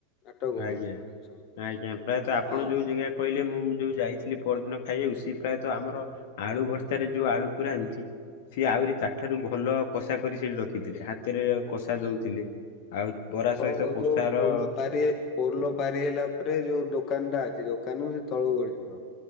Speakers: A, on the left; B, on the left.
A: ନାଟକ
B: ଆଜ୍ଞା
A: ହୁଏ ପରିବେଷଣ
B: ଆଜ୍ଞା ପ୍ରାୟତଃ ଆପଣ
A: ହଁ
B: ଯୋଉ ଜାଗା କହିଲେ ମୁଁ ଯୋଉ ଯାଇଥିଲି ପରଦିନ ଖାଇବାକୁ ସିଏ ପ୍ରାୟତଃ ଆମର ଆଳୁ ଭର୍ତାରେ ଯୋଉ ଆଳୁ ପୁରାନ୍ତି। ସିଏ
A: ହଁ।
B: ଆହୁରି ତାଠାରୁ ଭଲ କଷା କରି ସେଠି ରଖିଥିଲେ ହାତରେ କଷା ଦଉଥିଲେ। ଆଉ ବରା
A: ହଉ
B: ସହିତ କଶାର
A: ଯୋଉ ପୋଲ ପାରି ପୋଲ ପାରି ହେଲା ପରେ ଯୋଉ ଦୋକାନ ଟା ଅଛି ଦୋକାନରୁ ସେ ତଳକୁ ଗଡି ଯିବ।